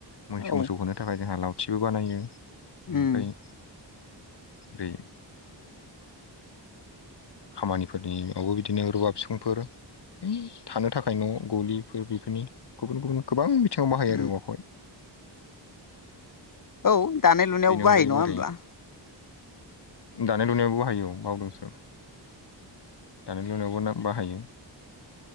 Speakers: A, on the left; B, on the left.
A: मैसो
B: औ
A: मोसौ होनो थाखाय जोंहा लावथिबो बानायो ओमफ्राय
B: उम
A: बै खामानिफोरनियावबो बिदिनो रुवा फिखुंफोर है थानो थाखाय न' गलिफोर बेफोरनि गुबुन गुबुन गोबां बिथिङाव बाहायो
B: उम
A: आरो औवाखौहाय
B: औ दानाय लुनायावबो
A: बेनि अनगायैबो
B: बाहाय नङा होमबा
A: ओरै दानाय लुनायाव बाहायो औ बावदोंसो दानाय लुनायावबो ना बाहायो